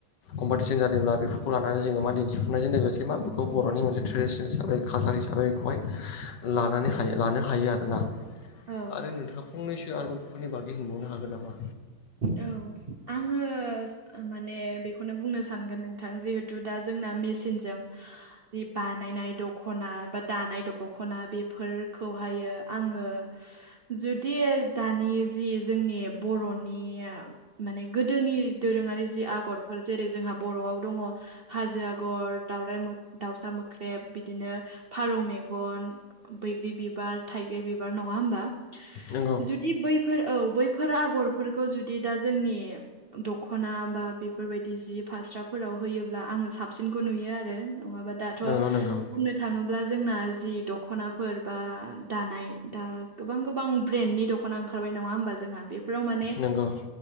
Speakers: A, on the left (about 65°); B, on the right (about 80°).
A: कम्पाथिसोन जादोंब्ला बेफोरखौ लानानै जोङो मा दिन्थिफुंनायजों लोगोसे मा बेखौ बर'नि मोनसे ट्रेडिसनेल हिसाबै खालसार हिसाबै बेखौहाय लानानै हायो लानो हायो आरोना।
B: औ
A: आरो नोंथाङा फंनैसो आरो बर'फोरनि बागै होनबावनो हागोन नामा?
B: औ आङो माने बेखौनो बुंनो सानगोन नोंथां थां जिहेथु दा जोंना मेसिनजों बे बानायनाय दख'ना बा दानाय दख'ना बे फोरखौहायो आङो जुदि दानि जि जोंनि बर'नि माने गोदोनि दोरोङारि जि आगरफोर जेरै जोंहा बर'आव दङ हाजो आगर दउराइ मो दाउसा मोख्रेब बिदिनो फारौ मेगन बैग्रि बिबार थाइगिर बिबार नङा होमबा
A: नंगौ
B: जुद बि बैफोर औ बैफोर आगरफोरखौ जुदि दा जोंनि दखना बा बेफोरबायदि जि फास्राफोराव होयोब्ला आङो साबसिनखौ नुयो आरो। नङाबा दाथ'
A: नंगौ नंगौ
B: बुंनो थाङोब्ला जोंना जि दख'नाफोर बा दानाय दा गोबां गोबां ब्रेन्डनि दख'ना ओंखारबाय नङा होमबा जोंहा बेफोराव माने
A: नोंगौ।